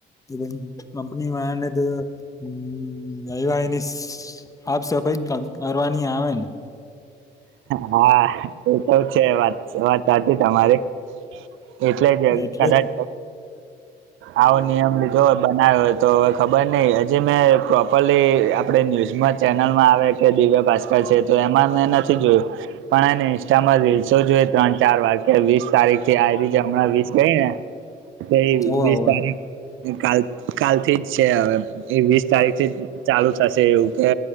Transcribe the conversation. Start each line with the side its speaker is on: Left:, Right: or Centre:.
Left: કે ભઈ કંપની વારા ને તો હમ્મ <unintelligible> ની સાફ સફાઈ કરવાની આવે ન.
Right: હા એ તો છે વાત વાત સાચી જ તમારી. એટલે જ અ
Left: એટલે
Right: કદાચ આવો નિયમ લીધો હોય બનાવ્યો હોય તો હવે ખબર નહિ હજી મેં પ્રોપરલી આપણેે ન્યૂઝમાં ચેનલમાં આવે કે દિવ્ય ભાસ્કર છે તો એમાં મેં નથ નથી જોયું પણ હેને ઇન્સ્ટામાં રીલસો જોઈ ત્રણ ચાર વાર વીસ તારીખ થી આયરી હમણાં વીસ ગઈ ને તેએ
Left: હોવે
Right: વીસ
Left: હોવે
Right: તારીખ કાલ કાલથી જ છે હવે એ વીસ તારીખ થી ચાલુ થશે એવું કે